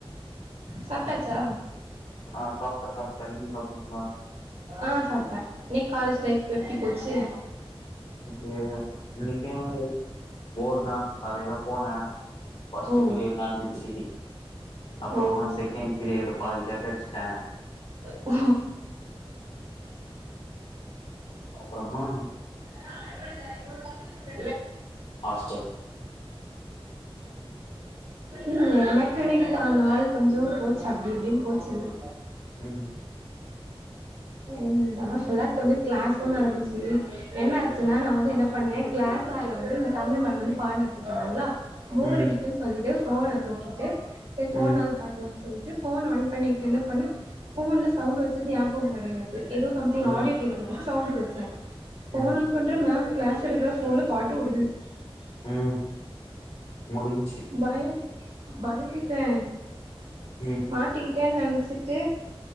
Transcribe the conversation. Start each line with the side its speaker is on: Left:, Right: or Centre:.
Right: சாப்ட்டாச்சா
Left: ஆ சாப்ட்டே சாப்ட்டே நீங்க சாப்ட்டீங்களா
Right: ஆ சாப்ட்ட இன்னிக்கு காலேஜ் லைஃப் எப்டி போச்சு
Left: <unintelligible> இன்னிக்கு போர் தா காலைல போன பஸ்ட்
Right: ஓ
Left: பீரியடூ நடந்துச்சு அப்றமா
Right: ஓ
Left: செகண்ட் பீரியேட் பாதி கட்டடிச்ட்டே
Right: உ
Left: அப்றமா
Right: <unintelligible>
Left: ஹாஸ்டல்
Right: உம் ம் எனக்கு இன்னைக்குதா நாள் கொஞ்சோ போச்சு அப்டி இப்டின்னு போச்சு <unintelligible>
Left: ம்
Right: இன் டா ஃபுல்லா கொஞ்சோ கிளாஸும் நடந்துச்சு என்னாச்சுனா நா வந்து என்ன பண்ணே கிளாஸ் ஆர்ல வந்து தமிழ் மேம் வந்து பாட நடத்திட்டு இருந்தாங்களா போர்
Left: ம்
Right: அடிக்கும்ன்னு சொல் ட்டு ஃபோன தூக்கிட்டு செரி ஃபோனாவது
Left: ம்
Right: பாக்லா சொல்ட்டு போயிட்டு ஃபோன் ஆன் பண்ணிட்டு என்ன பண்ண போன்ல சவுண்ட் வெச்சது நியாபகோ கெடையாது எதோ சம்திங்
Left: ம்
Right: ஆடியோ கேட்கறதுக்கு சவுண்ட வச்சே ஃபோன்
Left: ம்,
Right: ஆன் பண்ற மேம் கிளாஸ் எடுக்கிற ஃபோன்ல பாட்டு ஓடுது
Left: ம் முடிஞ்சு
Right: பய பயந்துட்டே
Left: ம்,
Right: மாட்டிக்கிட்டனு நெனச்சிட்டு